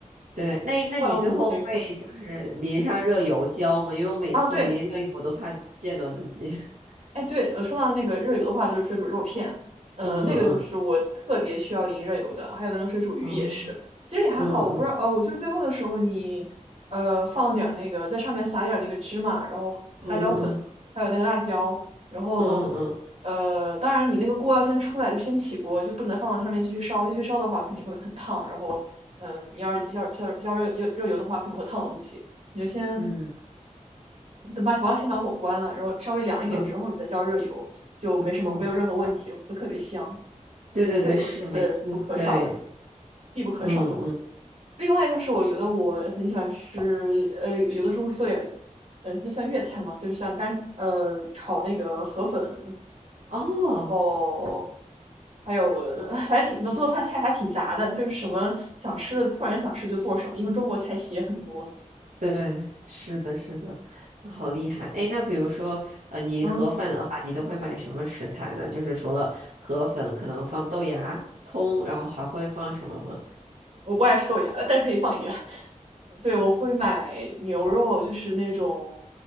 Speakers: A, on the right; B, on the right.
A: 对，那那你最后会就是淋上热油浇吗？
B: 万物皆可。
A: 因为我每次淋热油我都怕溅到自己。
B: 啊，对，
A: <laughs>
B: 哎，对，呃，说到那个热油的话，就是水煮肉片，呃，
A: 嗯嗯
B: 那个就是我特别需要淋热油的，还有那个水煮鱼也是，
A: 嗯，哦，
B: 其实也还好，
A: 嗯嗯
B: 我不知道，呃，我就是最后的时候你，呃，放点儿那个在上面撒点儿那个芝麻，然后辣椒粉，
A: 嗯嗯
B: 还有那个辣椒，然后，
A: 嗯嗯
B: 呃，当然你那个锅要先出来，就先起锅，就不能放到上面继续烧，继续烧的话肯定会很烫，然后，嗯、你要是要要要热热热油的话，可能会烫到自己，你就先
A: 嗯
B: 等把我要先把火关了，然后稍微凉一点之后，
A: 嗯
B: 你再浇热油，就没什么没有任何问题，
A: 嗯嗯，
B: 然后会特别香。
A: 对对对，
B: 反正热油是不可少的，
A: 是每次对，
B: 必不可少的。
A: 嗯嗯
B: 另外就是我觉得我很喜欢吃，
A: 是，
B: 呃，有的时候会做点，呃，那算粤菜嘛，就是像干，呃，炒那个河粉，
A: 哦，
B: 然后还有，
A: 嗯
B: 反正挺，我做的菜菜还挺杂的，就是什么想吃的，突然想吃就做什么，因为中国菜系也很多。
A: 对，是的，是的，那好厉害。哎，那比如说，呃，你河粉的话，
B: 嗯，
A: 你都会买什么食材呢？就是除了河粉，可能放豆芽、葱，然后还会放什么吗？
B: 我不爱吃豆芽，呃但是可以放一点。对，我会买牛肉，就是那种，